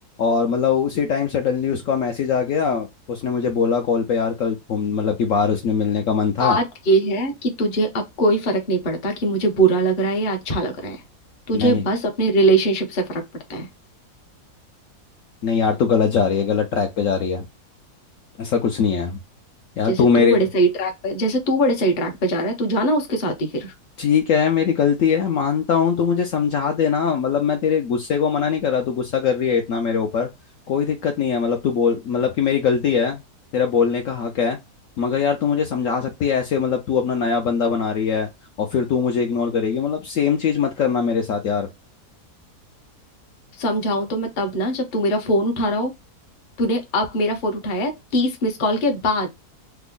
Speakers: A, on the left; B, on the left.
A: और मतलब उसी टाइम सडनली उसका मैसेज आ गया उसने मुझे बोला कॉल पे यार कल घूम मतलब कि बाहर उसने मिलने का मन था
B: बात ये है कि तुझे अब कोई फर्क नहीं पड़ता कि मुझे बुरा लग रहा है या अच्छा लग रहा है तुझे
A: नहीं
B: बस अपने रिलेशनशिप से फर्क पड़ता है
A: नहीं यार तू गलत जा रही है गलत ट्रैक पे जा रही है ऐसा कुछ नहीं है यार
B: जैसे
A: तू
B: तू
A: मेरे
B: बड़े सही ट्रैक पे जैसे तू बड़े सही ट्रैक पे जा रहा है तू जाना उसके साथ ही फिर
A: ठीक है मेरी गलती है मानता हूँ तू मुझे समझा देना मतलब मैं तेरे गुस्से को मना नहीं कर रहा तू गुस्सा कर रही है इतना मेरे ऊपर कोई दिक्कत नहीं है मतलब तू बोल मतलब कि मेरी गलती है तेरा बोलने का हक है मगर यार तू मुझे समझा सकती है ऐसे मतलब तू अपना नया बंदा बना रही है और फिर तू मुझे इग्नोर करेगी मतलब सेम चीज मत करना मेरे साथ यार
B: समझाऊं तो मैं तब ना जब तू मेरा फोन उठा रहा हो तूने अब मेरा फोन उठाया है तीस मिस कॉल के बाद